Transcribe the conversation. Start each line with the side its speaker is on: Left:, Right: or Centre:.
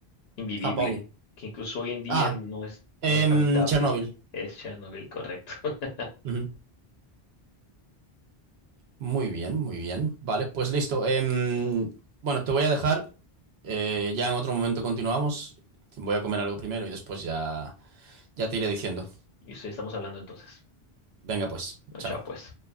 Left: invivible.
Right: Japón.
Left: Que incluso hoy en día
Right: Ah,
Left: no es,
Right: Em,
Left: no es habitable.
Right: Chernobyl.
Left: Es Chernobyl, correcto. <laughs>
Right: Ujú. Muy bien, muy bien. Vale, pues listo. Em, bueno, te voy a dejar. eh, ya en otro momento continuamos. Voy a comer algo primero y después ya, ya te iré diciendo.
Left: Y eso estamos hablando entonces.
Right: Venga, pues,
Left: No,
Right: chao.
Left: chao, pues.